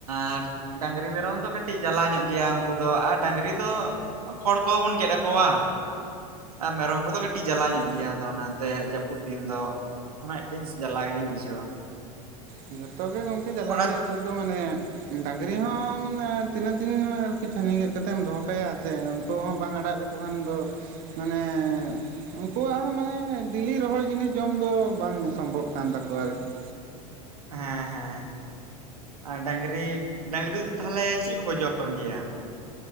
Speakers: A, on the right; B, on the right.
A: ᱟᱨ ᱰᱟᱹᱟᱝᱨᱤ, ᱢᱮᱨᱚᱢ ᱫᱚ ᱠᱟᱹᱴᱤᱡ ᱡᱟᱞᱟ ᱧᱚᱜ ᱜᱮᱭᱟ ᱩᱝᱠᱩ ᱫᱚ ᱟᱨ ᱰᱟᱝᱨᱤ ᱫᱚ ᱠᱷᱚᱲ ᱠᱚᱦᱚᱸᱵᱚᱱ ᱜᱮᱫ ᱟᱠᱚᱣᱟ᱾ ᱟᱨ ᱢᱮᱨᱚᱢ ᱠᱚᱫᱚ ᱠᱟᱹᱴᱤᱡ ᱡᱟᱞᱟ ᱧᱚᱜ
B: ᱦᱩᱸ
A: ᱜᱮᱭᱟ ᱟᱫᱚ ᱚᱱᱟᱛᱮ ᱡᱟᱹᱯᱩᱫ ᱫᱤᱱ ᱫᱚ᱾ ᱚᱱᱟ ᱢᱤᱫᱴᱮᱱ ᱡᱟᱞᱟ ᱜᱮᱞᱤᱧ ᱵᱩᱡᱷᱟᱹᱣᱟ᱾
B: ᱡᱚᱛᱚ ᱜᱮ ᱜᱚᱝᱠᱮ ᱡᱟᱞᱟᱜ
A: ᱚᱱᱟ
B: ᱜᱮᱭᱟ ᱱᱤᱛᱚᱜ ᱫᱚ ᱢᱟᱱᱮ ᱰᱟᱝᱨᱤ ᱦᱚᱸ ᱛᱤᱱᱟᱹᱜ ᱫᱤᱱ ᱟᱨᱠᱤ ᱪᱷᱟᱹᱱᱤ ᱜᱮᱫ ᱠᱟᱛᱮᱢ ᱫᱚᱦᱚ ᱠᱟᱭᱟ ᱥᱮ ᱩᱱᱠᱩ ᱦᱚᱸ ᱵᱟᱝ ᱟᱲᱟᱜ ᱞᱮᱠ ᱠᱚ ᱠᱷᱟᱱ ᱫᱚ ᱢᱟᱱᱮ ᱩᱱᱠᱩᱣᱟᱜ ᱦᱚᱸ ᱢᱟᱱᱮ ᱰᱮᱞᱤ ᱨᱚᱦᱚᱲ ᱡᱤᱱᱤᱥ ᱡᱚᱢ ᱫᱚ ᱵᱟᱝ ᱥᱚᱢᱵᱷᱚᱵ ᱠᱟᱱ ᱛᱟᱠᱚᱣᱟ ᱟᱨᱠᱤ᱾
A: ᱦᱮᱸ ᱦᱮᱸ᱾ ᱟᱨ ᱰᱟᱹᱝᱨᱤ, ᱰᱟᱹᱟᱝᱨᱤ ᱫᱚ ᱛᱟᱦᱞᱮ ᱪᱮᱫ ᱠᱚᱠᱚ ᱡᱚᱢ ᱜᱮᱭᱟ?